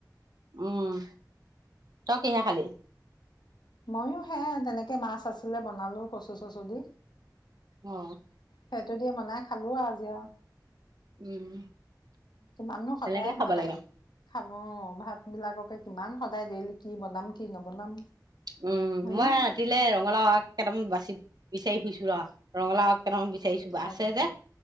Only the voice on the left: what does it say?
ময়ো সেয়া তেনেকে মাছ আছিলে বনালো কচু চচু দি।
সেইটো বনাই খালো আৰু আজি আৰু।
কিমান নো সদায়
ভাতকে
খাব‌ অ' ভাতবিলাককে কিমান সদায় দেইলি কি বনাম কি নবনাম।
হয়নে?
হয়
নেকি?